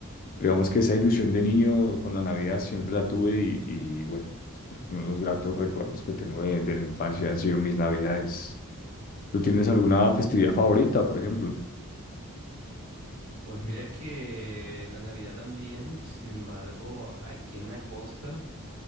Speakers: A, on the left; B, on the right.
A: Digamos que esa ilusión de niño con la Navidad siempre la tuve y, y bueno, creo que uno de los gratos recuerdos que tengo de, de la infancia han sido mis Navidades. ¿Tú tienes alguna festividad favorita, por ejemplo?
B: Pues mira que la Navidad también, sin embargo, aquí en la costa,